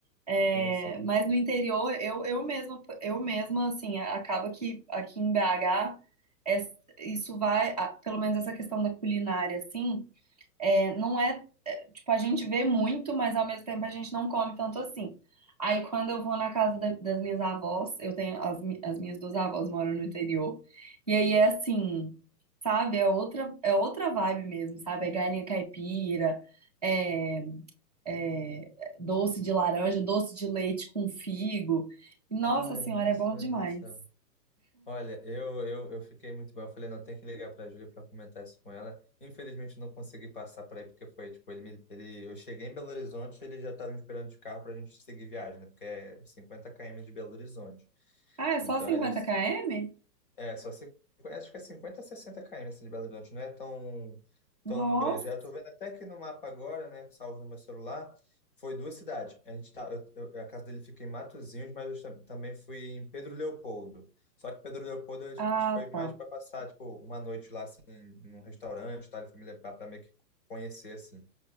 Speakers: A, on the right; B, on the left.
A: É,
B: Sim, sim.
A: mas no interior, eu, eu mesma, eu mesma, assim, acaba que aqui em BH, é- isso vai, a- pelo menos essa questão da culinária, assim, é, não é, é, tipo, a gente vê muito, mas ao mesmo tempo a gente não come tanto assim. Aí quando eu vou na casa da- das minhas avós, eu tenho, as, mi- as minhas duas avós moram no interior, e aí é assim, sabe, é outra, é outra vibe mesmo, sabe, é galinha caipira, é, é, doce de laranja, doce de leite com figo. Nossa
B: Ai,
A: senhora,
B: nossa,
A: é bom
B: meu
A: demais.
B: Deus do céu. Olha, eu, eu, eu fiquei muito bem. Eu falei, não, tem que ligar para a Júlia para comentar isso com ela. Infelizmente, não consegui passar por aí, porque foi, tipo, ele, me- ele, eu cheguei em Belo Horizonte, ele já estava me esperando de carro para a gente seguir viagem, né? Porque é cinquenta km de Belo Horizonte.
A: Ah, é só
B: Então,
A: cinquenta
B: ele
A: km?
B: é, só cin- acho que é 50 a 60 km assim, de Belo Horizonte, não é tão,
A: Nossa.
B: tão grande. Eu tô vendo até que no mapa agora, né, que salvo no meu celular, foi duas cidades. A gente tá, eu- eu- a casa dele fica em Matozinhos, mas eu tam- também fui em Pedro Leopoldo. Só que Pedro Leopoldo a gente
A: Ah,
B: foi mais
A: tá.
B: para passar, tipo, uma noite lá, assim, num restaurante, tá? Ele foi me levar para meio que conhecer, assim.